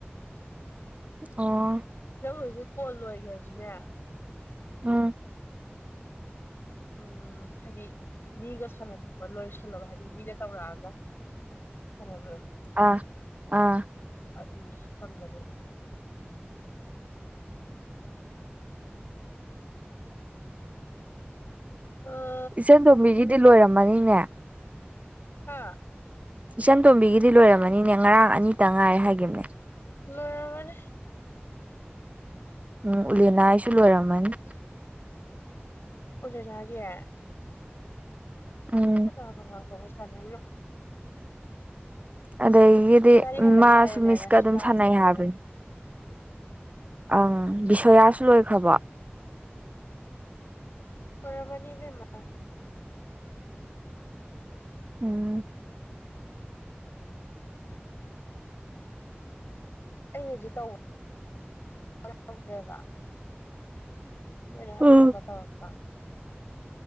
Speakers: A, on the right; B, on the left.
A: ꯑꯣ
B: ꯅꯪ ꯍꯧꯖꯤꯛ ꯀꯣꯜ ꯂꯣꯏꯈ꯭ꯔꯁꯨꯅꯦ
A: ꯑꯝ
B: ꯎꯝ ꯍꯥꯏꯗꯤ ꯃꯤꯒ ꯁꯥꯟꯅꯊꯣꯄ ꯂꯣꯏ ꯁꯜꯂ ꯍꯥꯏꯗꯤ ꯃꯤꯅ ꯇꯧꯔꯛꯑꯒ ꯁꯥꯟꯅꯕꯗꯣ
A: ꯑꯥ ꯑꯥ
B: ꯑꯗꯨꯖꯨ ꯊꯝꯒꯅꯣ ꯑꯣ
A: ꯏꯆꯦꯟ ꯇꯣꯝꯕꯤꯒꯤꯗꯤ ꯂꯣꯏꯔꯝꯃꯅꯤꯅꯦ
B: ꯍꯥꯥ
A: ꯏꯆꯟ ꯇꯣꯝꯕꯤꯒꯤꯗꯤ ꯂꯣꯏꯔꯝꯃꯅꯤꯅꯦ ꯉꯔꯥꯡ ꯑꯅꯤꯇ ꯉꯥꯏꯔꯦ ꯍꯥꯏꯈꯤꯕꯅꯦ
B: ꯂꯣꯏꯔꯃꯅꯦ
A: ꯎꯝ ꯎꯂꯅꯥꯁꯨ ꯂꯣꯏꯔꯝꯃꯅꯤ
B: <unintelligible> <unintelligible>
A: ꯎꯝ
B: <unintelligible>
A: ꯑꯗꯒꯤꯗꯤ
B: ꯏꯕꯥꯅꯤ ꯈꯛꯇꯪ
A: ꯃꯥꯁꯨ
B: ꯉꯥꯏꯔꯦꯅꯦ
A: ꯃꯤꯁꯀ
B: ꯉꯁꯤ
A: ꯑꯗꯨꯝ
B: ꯂꯥꯁ
A: ꯁꯥꯟꯅꯩ
B: ꯗꯦꯠꯅꯤꯅ
A: ꯍꯥꯏꯕꯅꯤ ꯑꯪ ꯕꯤꯁꯣꯌꯥꯁꯨ ꯂꯣꯏꯈ꯭ꯔꯕ?
B: ꯂꯣꯏꯔꯝ ꯃꯅꯤ ꯕꯤꯃꯥ
A: ꯎꯝ꯫
B: ꯑꯩꯅꯗꯤ ꯇꯧꯕ ꯌꯥꯗ꯭ꯔꯦꯕ ꯃꯣꯏꯅ ꯑꯥꯉꯝꯕ
A: ꯎꯝ
B: ꯇꯧꯔꯛꯄꯥ